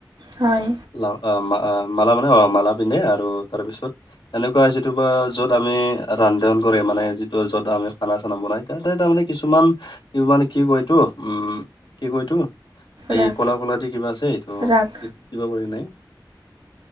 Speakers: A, on the right (about 85°); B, on the left (about 85°).
A: হয়
B: লাও আ আ মালা মানে অ মালা পিন্ধে আৰু তাৰপিছত এনেকুৱা যিটো বা য'ত আমি ৰান্ধন কৰে মানে যিটো য'ত আমি খানা চানা বনাই তেন্তে তাৰমানে কিছুমান কি মানে কি কয় এইটো উম কি কয় এটো এই
A: ৰাখ
B: কলা কলা দি কিবা আছে এইটো
A: ৰাখ
B: কিবা কয় নাই